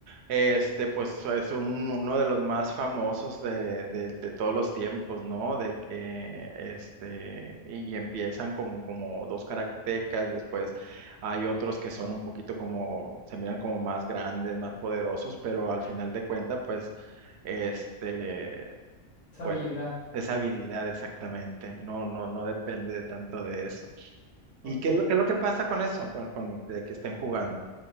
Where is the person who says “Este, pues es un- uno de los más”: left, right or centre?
Right